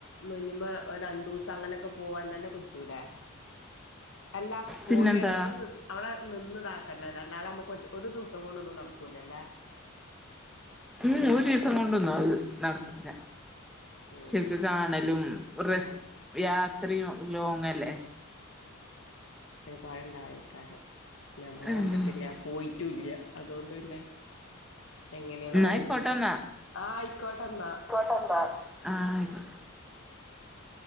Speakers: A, on the left; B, in the centre.
A: മിനിമം ഒരണ്ടൂസം അങ്ങനൊക്കെ പോവാൻ തന്നെ പിട്ച്ചൂലേ അല്ലാ പോയ്
B: പിന്നെന്താ
A: വെരാം മ്മള് ന് അവടെ നിന്ന് താക്കണ്ടെര് അല്ലാതെ അമ്മക്ക് ഒര് ഒരു ദിവ്സം കൊണ്ടൊന്നും നടക്കൂലലേ
B: ഊം ഉം ഒരീസം കൊണ്ടാെന്നും അത് നടക്കൂലാ
A: ഉം
B: ശെര്ക് കാണലും
A: കാണാ
B: റിസ് യാത്രിയും ലോങ്ങല്ലേ
A: ആഹ് പഴണ്ടാവെയ്ക്കാരം ഞമ്മള്
B: എന്നാ
A: കണ്ട്ട്ടില്ല്യാ പോയിറ്റൂല്ല്യ അതോണ്ട് പിന്നെ എങ്ങെനേന്നാെരയ്ഡില്
B: ആയിക്കോട്ടെന്നാ
A: ആഹ് അയ്ക്കോട്ടെന്നാ
B: ആയിക്കോട്ടെ ആഹ് ആയിക്കോട്ടെ
A: ശരി